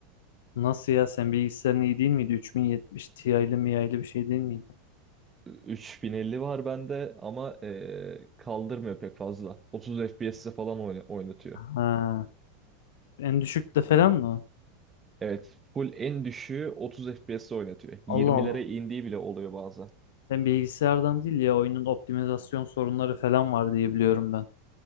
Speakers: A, on the left (about 65°); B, on the right (about 20°).
A: Nasıl ya sen bilgisayarın iyi değil miydi? 3070 Ti'li miya'lı bir şey değil miydi?
B: 3050 var bende ama e, kaldırmıyor pek fazla. 30 FPS'te falan oyna- oynatıyor.
A: Ha. En düşükte falan mı?
B: Evet, full en düşüğü 30 FPS'te oynatıyor.
A: Allah
B: 20'lere
A: Allah.
B: indiği bile oluyor bazen.
A: Sen bilgisayardan değil ya oyunun optimizasyon sorunları falan var diye biliyorum ben.